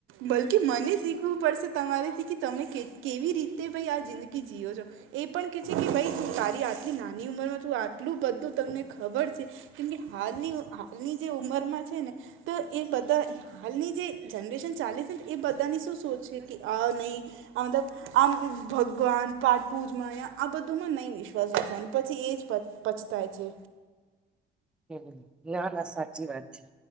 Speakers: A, on the right (about 85°); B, in the centre.
A: બલકી મને શીખવું પડશે તમારેથી કે તમેં કેવી રીતે ભાઈ આ જિંદગી જીઓ છો. એ પણ કે છે કે ભાઈ તું તારી આટલી નાની ઉંમરમાં તું આટલું બધું તમને ખબર છે, કેમકે હાલની હાલની જે ઉંમરમાં છે ને તો એ બધા હાલની જે જનરેશન ચાલે છે ને એ બધાની શું સોચ છે કે આ નહીં આ મતલબ આમ ભગવાન પાઠપૂજમાં આ બધુંમાં નહીં વિશ્વાસ રાખવાનું પછી એ જ પ પછતાય છે.
B: હમ્મ હમ ના ના સાચી વાત છે.